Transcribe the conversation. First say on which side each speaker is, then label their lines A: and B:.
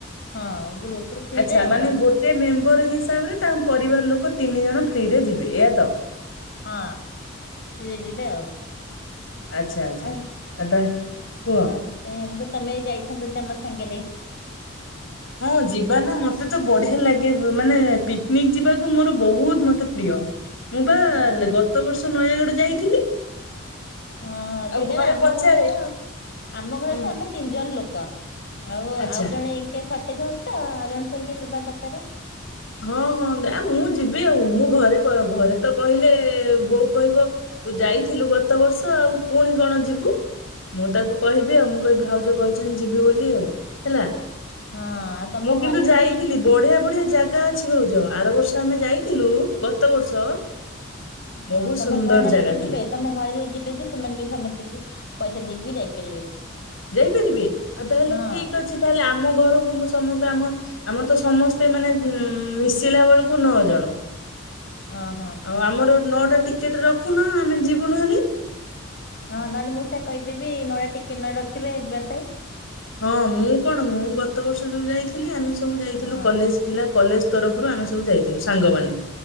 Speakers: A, on the left (about 50°); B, on the left (about 70°).
A: ହଁ ଗ୍ରୁପ ରୁ ଫ୍ରିରେ
B: ଆଚ୍ଛା
A: ଆଉ
B: ମାନେ
A: କଣ
B: ଗୋଟେ ମେମ୍ବର ହିସାବ ରେ ତାଙ୍କ ପରିବାର ଲୋକ ତିନି ଜଣ ଫ୍ରିରେ ଯିବେ, ଏୟା ତ।
A: ହଁ। ଫ୍ରି ରେ ଯିବେ ଆଉ।
B: ଆଚ୍ଛା ଆଚ୍ଛା
A: ଆ ସେଥିପାଇଁ
B: ଆଉ ତା କୁହ
A: ମୁଁ କହିଲି ତମେ ବି ଯାଇଥାନ୍ତ ଯଦି ଆମ ସାଙ୍ଗରେ
B: ହ ହଁ ଯିବା ନା। ମତେ ତ ବଢିଆ ଲାଗେ, ମାନେ ପିକନିକ୍ ଯିବାକୁ ମୋର ବହୁତ ମତେ ପ୍ରିୟ। ମୁଁ ବା
A: ହଁ ହଁ
B: ଗତ ବର୍ଷ ନୟାଗଡ଼ ଯାଇଥିଲି।
A: ହଁ
B: ଆଉ
A: ସେ କହିଲା ଆମ
B: ପଚାରେ
A: ଘରେ ନୁହଁ ଆମ ଘରେ
B: ହୁଁ
A: ତ ଆମେ ତିନି ଜଣ ଲୋକ। ଆଉ
B: ଆଚ୍ଛା
A: ଆଉ ଜଣେ କିଏ ସର୍ଟେଜ ହଉ ତ ଆଉ ଜଣେ ପୁଣି କିଏ ଯିବା ଦରକାରେ।
B: ହଁ ହଁ ଆ ମୁଁ ଯିବି ଆଉ। ମୁଁ ଘରେ ପ ଘରେ ତ କହିଲେ ବୋଉ କହିବ ତୁ ଯାଇଥିଲୁ ଗତ ବର୍ଷ ଆଉ ପୁଣି କଣ ଯିବୁ। ମୁଁ ତାକୁ କହିବି ଆଉ ମୁଁ କହିବି ଭାଉଜ କହିଛନ୍ତି ଯିବି ବୋଲି ଆଉ ହେଲା।
A: ହଁ ଆଉ ତମ
B: ମୁଁ କିନ୍ତୁ
A: ଘରେ ଯଦି
B: ଯାଇଥିଲି।
A: ବି
B: ବଢିଆ ବଢ଼ିଆ ଜାଗା ଅଛି ଭାଉଜ। ଆର ବର୍ଷ ଆମେ ଯାଇଥିଲୁ, ଗତ ବର୍ଷ ବହୁତ
A: ହଁ ତମ
B: ସୁନ୍ଦର
A: ଘରେ ନହେଲେ
B: ଜାଗା
A: କିଏ ଯିବେ?
B: ଥିଲା।
A: ତମ ଘରେ ଯିବେ ଯଦି ସେମାନେ ବି ସମସ୍ତେ ବି ପଇସା ଦେଇକି ବି ଯାଇପାରିବେ।
B: ଯାଇପାରିବେ? ଆଉ ତାହେଲେ
A: ହଁ
B: ଠିକ୍ ଅଛି ତାହେଲେ ଆମ ଘରକୁ ମୁଁ ସମସ୍ତେ ଆମ ଆମର ତ ସମସ୍ତେ ମାନେ ମିଶିଲା ବେଳକୁ ନଅ ଜଣ।
A: ଅ ହଁ।
B: ଆଉ ଆମର ନଅଟା ଟିକେଟ୍ ରଖୁନ ଆମେ ଯିବୁ ନହେଲେ।
A: ହଁ ନହେଲେ ମୁଁ ସେ କହିଦେବି ନଅ ଟା ଟିକେଟ୍ ନହେଲେ ରଖିବେ ଯିବା ପାଇଁ।
B: ହଁ ମୁଁ କଣ ମୁଁ ଗତ ବର୍ଷ ଯୋଉ ଯାଇଥିଲି ଆମେ ସବୁ ଯାଇଥିଲୁ
A: ହଁ
B: କଲେଜ୍ ପିଲା କଲେଜ୍ ତରଫରୁ ଆମେ ସବୁ ଯାଇଥିଲୁ ସାଙ୍ଗମାନେ।